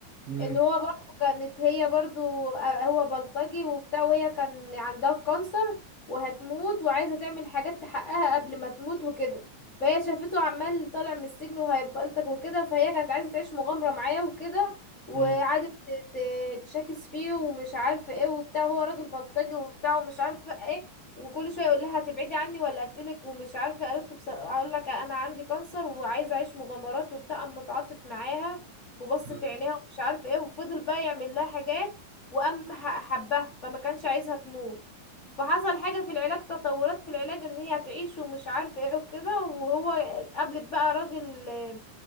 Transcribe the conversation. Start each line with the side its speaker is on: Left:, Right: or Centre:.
Right: امم
Left: ان هو برضو كانت هي برضو آه، هو بلطجي وبتاع وهي كان عندها كانسر وهتموت وعايزه تعمل حاجات تحققها قبل ما تموت وكده فهي شافته عمال طالع من السجن وهيبلطج وكده فهي كانت عايزه تعيش مغامره معاه وكده وقعدت
Right: امم
Left: ت- ت- تشاكس فيه ومش عارفه ايه وبتاع هو راجل بلطجي وبتاع ومش عارفه ايه وكل شويه يقول لها هتبعدي عني ولا اقتلك ومش عارفه قالت له بص... اقول لك انا عندي كانسر وعايزه اعيش مغامرات وبتاع قام متعاطف معاها وبص
Right: آه.
Left: في عينيها ومش عارف ايه وفضل بقى يعمل لها حاجات وقام ح- حبها فما كانش عايزها تموت فحصل حاجه في العلاج تطورات في العلاج ان هي هتعيش ومش عارف ايه وكده وهو اتقابلت بقى راجل آه،